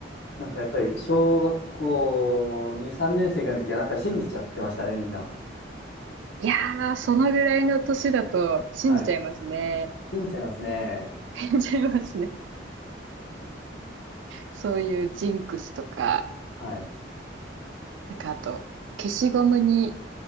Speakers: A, on the left (about 70°); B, on the right (about 80°).
A: なんかやっぱり小学校2、3年生ぐらいの時はなんか信じちゃってましたね、みんな。
B: い。いやー、そのぐらいの年だと信じちゃいますね。
A: はい。信じちゃいますね。
B: <laughs> 信じちゃいますね。そういうジンクスとか。
A: はい。
B: なんかあと、消しゴムに